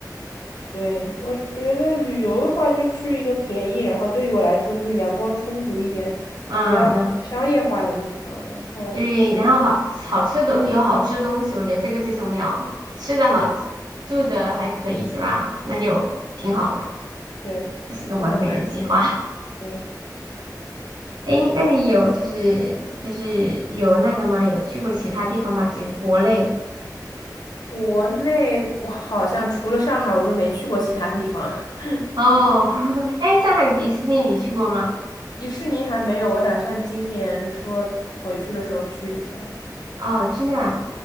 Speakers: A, on the left (about 65°); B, on the right (about 70°).
A: 对，我觉得旅游的话，就去一个便宜，然后对于我来说就是阳光充足一点，
B: 啊。
A: 不要太商业化的地方，
B: 那
A: 然后。
B: 对，然后好好吃的东西有好吃的东西，我觉得这个最重要，吃的好，
A: 对
B: 住的还可以是吧？那就挺好的，
A: 对，
B: 这是个完美的计划。
A: 就能满足了。对，
B: <laughs> 诶，那你有就是就是有那个吗？有去过其他地方吗？就国内
A: 国内我好像除了上海，我就没去过其他地方。<laughs>
B: 哦，<laughs> 诶，上海的迪士尼你去过吗？
A: 迪士尼还没有，我打算今年说回去的时候去一下。
B: 哦，真的啊。